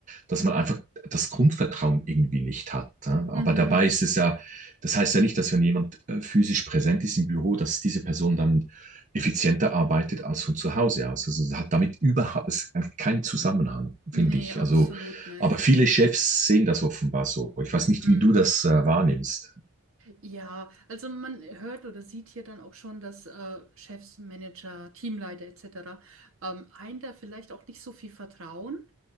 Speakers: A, on the right (about 35°); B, on the right (about 60°).
A: dass man einfach das Grundvertrauen irgendwie nicht hat. ja. Aber
B: Mhm.
A: dabei ist es ja, das heißt ja nicht, dass wenn jemand äh, physisch präsent ist im Büro, dass diese Person dann effizienter arbeitet als von zu Hause aus. Also es hat damit überhaupt es keinen Zusammenhang, finde
B: Nee,
A: ich.
B: absolut
A: Also,
B: nicht.
A: aber viele Chefs sehen das offenbar so. Ich weiß nicht,
B: Mm,
A: wie du das äh, wahrnimmst.
B: Ja, also man hört oder sieht hier dann auch schon, dass äh, Chefs, Manager, Teamleiter etc. Ähm, einen da vielleicht auch nicht so viel vertrauen